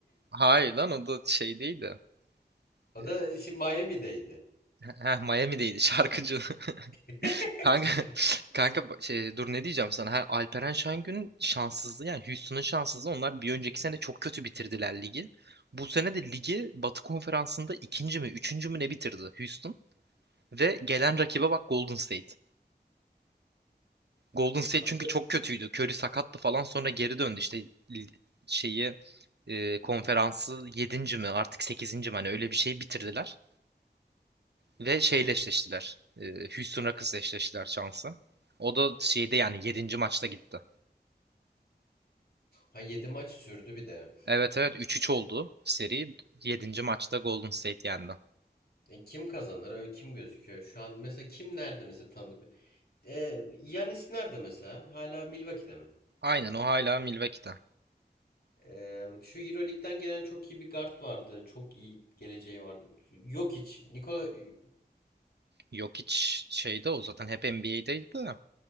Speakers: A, on the right; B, on the left.
A: Hayır lan o da şey değildi.
B: O
A: E,
B: da şimdi Miami'deydi.
A: Heh, Miami'deydi şarkıcı.
B: <laughs>
A: <laughs> Kanka, <laughs> kanka bu- şey, dur ne diyeceğim sana. Ha, Alperen Şengün şanssızlığı yani Houston'ın şanssızlığı. Onlar bir önceki sene çok kötü bitirdiler ligi. Bu sene de ligi Batı Konferansı'nda ikinci mi üçüncü mü ne bitirdi Houston. Ve gelen rakibe bak Golden State. Golden State
B: Ha,
A: çünkü
B: bu-
A: çok kötüydü. Curry sakattı falan sonra geri döndü işte li- şeyi e, konferansı yedinci mi artık sekizinci mi hani öyle bir şey bitirdiler. Ve şeyle
B: Hmm.
A: eşleştiler. E, Houston Rockets'la eşleştiler şansı. O da şeyde yani yedinci maçta gitti.
B: Ha 7 maç sürdü bir de.
A: Evet evet 3-3 oldu seri. yedinci maçta Golden State yendi.
B: E, kim kazanır? Öyle kim gözüküyor? Şu an mesela kim nerede mesela tanıdık? E, Giannis nerede mesela? Hala Milwaukee'de mi?
A: Aynen o hala Milwaukee'de.
B: E, şu Euroleague'den gelen çok iyi bir guard vardı. Çok iyi geleceği vardı. Yok hiç. Nikola e,
A: Jokic şeyde o zaten hep NBA'deydi de.